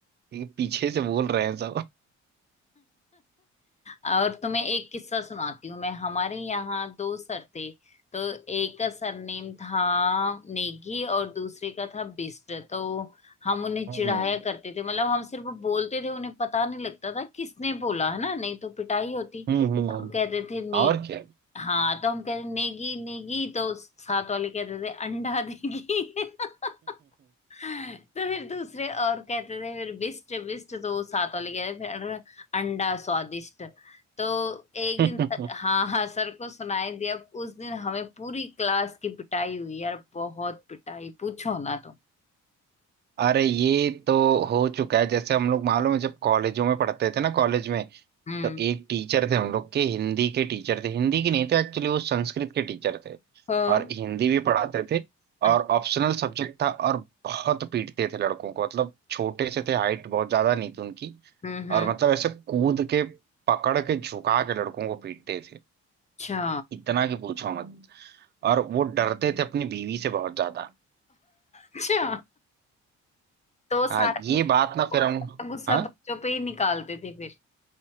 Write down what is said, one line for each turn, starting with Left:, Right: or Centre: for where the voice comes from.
Right: ये पीछे से बोल रहे हैं सब
Left: और तुम्हें एक किस्सा सुनाती हूँ मैं हमारे यहाँ दो सर थे तो एक का सरनेम था नेगी और दूसरे का था बिस्ट तो हम उन्हें
Right: हम्म
Left: चिढ़ाया करते थे मतलब हम सिर्फ बोलते थे उन्हें पता नहीं लगता था किसने बोला है ना नहीं तो पिटाई होती
Right: हम्म हम्म
Left: हम कहते थे ने
Right: और क्या
Left: हाँ तो हम कहते नेगी नेगी तो साथ वाले कहते थे अंडा देगी <laughs> तो फिर दूसरे और कहते थे फिर बिस्ट बिस्ट तो वो साथ वाले कह रहे फिर अं- अंडा स्वादिष्ट तो एक
Right: <laughs>
Left: दिन सर- हाँ हाँ सर को सुनाई दिया उस दिन हमें पूरी क्लास की पिटाई हुई यार बहुत पिटाई पूछो ना तो
Right: अरे ये तो हो चुका है जैसे हम लोग मालूम है जब कॉलेजों में पढ़ते थे ना कॉलेज में
Left: हम्म
Right: तो एक टीचर थे हम लोग के हिंदी के टीचर थे हिंदी की नहीं थे एक्चुअली वो संस्कृत के टीचर थे
Left: हाँ
Right: और हिंदी भी पढ़ाते थे
Left: अच्छा,
Right: और ऑप्शनल सब्जेक्ट था और बहुत पीटते थे लड़कों को मतलब छोटे से थे हाइट बहुत ज्यादा नहीं थी उनकी
Left: हम्म
Right: और
Left: हम्म
Right: मतलब ऐसे कूद के पकड़ के झुका के लड़कों को पीटते थे
Left: अच्छा
Right: इतना कि पूछो मत और वो डरते थे अपनी बीवी से बहुत ज्यादा
Left: अच्छा तो वो सारा
Right: हाँ ये
Left: गुस्सा
Right: बात ना फिर
Left: वो
Right: हम
Left: सारा गुस्सा
Right: हाँ
Left: बच्चों पे ही निकालते थे फिर